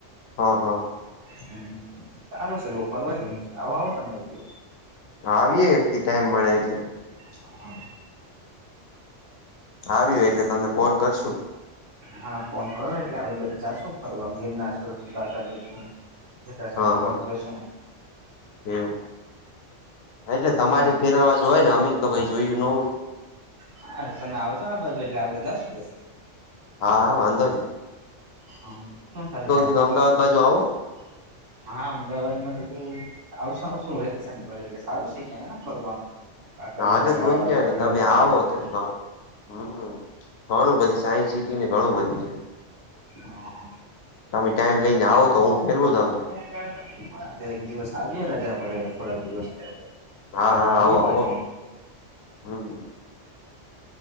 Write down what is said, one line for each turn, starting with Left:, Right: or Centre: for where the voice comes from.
Left: હા હા.
Right: હમ સારું છે, બોવ ફરવા જેવુ છે. આવો આવો તમે એક દિવસ.
Left: આવીએે એક દી ટાઈમ મળે એટલે.
Right: હા હા
Left: આવીએ એટલે તમને ફોન કરશું.
Right: હા, ફોન કરો એટલે આપડે બધી જાશું ફરવા ગિરનાર <inaudible> જટાશંકર
Left: હા હા
Right: બાજુ જશું.
Left: એવું? હા એટલે તમારે
Right: શું તમે
Left: ફેરવાજ હોયને અમે તો કંઈ જોયું ન હોય.
Right: હા, તમે આવજો આ બાજુ એટલે આપડે જાશું ફરવા.
Left: હા, હા વાંધો નહીં.
Right: હહ શું ચાલે તમારે
Left: દી અમદાવાદ
Right: <inaudible>
Left: બાજુ આવો
Right: હા અમદાવાદમાં તો બહુ આવશું આવશું વેકેશન પર એટલે સારું છે, ક્યાંને ફરવાનું? કાંકરિયા
Left: હાલે
Right: તળાવને,
Left: દુનિયાને
Right: રિવરફ્રન્ટને.
Left: તમે આવો તો હમ ઘણું બધું સાયન્સસિટી ને ઘણું બધી છે.
Right: હા
Left: તમે ટાઈમ લઈને આવો તો હું ફેરવું તમને.
Right: હા તો એક દિવસ આવીયે રજા પડે થોડાક દિવસ
Left: હા
Right: પહેલા.
Left: હા
Right: આવીએ
Left: આવો આવો
Right: બાજુ.
Left: હમ